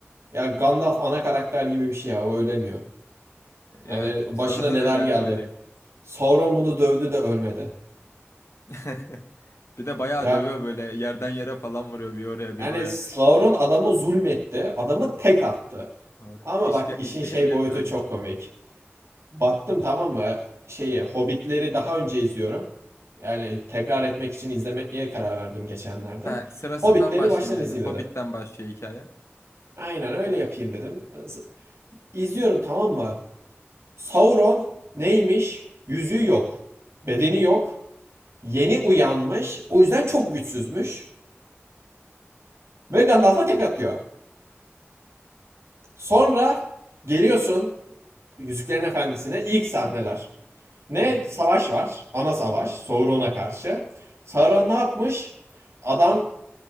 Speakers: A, on the right; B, on the left.
A: ya Gandalf ana karakter gibi bir şey ya o ölemiyor.
B: E,
A: Yani
B: Evet,
A: başına
B: sonradan
A: neler
B: <laughs> öğrendim
A: geldi.
B: öyle.
A: Sauron bunu dövdü de ölmedi.
B: <laughs> Bir de bayağı
A: Ya
B: dövüyor böyle yerden yere falan vuruyor bir oraya
A: Yani
B: bir buraya.
A: Sauron adamı zulmetti. Adamı tek attı.
B: Doğru.
A: Ama
B: İşke,
A: bak işin
B: işkence
A: şey boyutu
B: etti adam.
A: çok komik. Baktım tamam mı? Şeyi Hobbit'leri daha önce izliyorum. Yani tekrar etmek için izlemeye karar verdim geçenlerde.
B: Ha, sırasından
A: Hobbit'leri
B: başlayayım
A: baştan
B: dedin.
A: izleyeyim
B: Hobbit'ten
A: dedim.
B: başlıyor hikaye.
A: Aynen öyle yapayım dedim. İzliyorum tamam mı? Sauron neymiş? Yüzüğü yok. Bedeni yok. Yeni uyanmış. O yüzden çok güçsüzmüş. Ve Gandalf'a tek atıyor. Sonra geliyorsun Yüzüklerin Efendisi'ne ilk sahneler. Ne
B: Hı hı.
A: savaş var? Ana savaş. Sauron'a karşı. Sauron ne yapmış? Adam